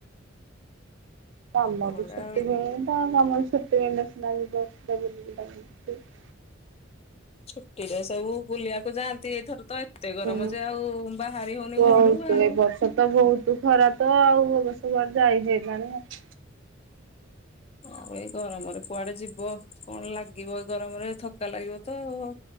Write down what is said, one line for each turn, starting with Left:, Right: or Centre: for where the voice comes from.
Right: କାମରେ
Left: ସବୁଗୁଡା
Right: ବି ଛୁଟି
Left: ଆଉ
Right: ମିଳୁନି ତ କାମରେ ଛୁଟି ମିଳିଲେ ସିନା ବୁଲା ବୁଲି କରି ଆସିବା।
Left: ଛୁଟିରେ ସବୁ ବୁଲିବାକୁ ଯାଆନ୍ତି ଏଥର ତ ଏତେ ଗରମ
Right: ହୁଁ
Left: ଯେ ଆଉ ବାହାରି ହଉନି
Right: ବହୁତ
Left: ଘରୁ ଆଉ।
Right: ଏ ବର୍ଷ ତ ବହୁତ ଖରାପ। ହଁ ଆଉ ଅବଶ୍ୟ ଯାଇ ହେଲାନି ତ।
Left: ଆଉ ଏଇ ଗରମରେ କୁଆଡେ ଯିବ କଣ ଲାଗିବ ଗରମରେ ଥକା ଲାଗିବ ତ ଆଉ?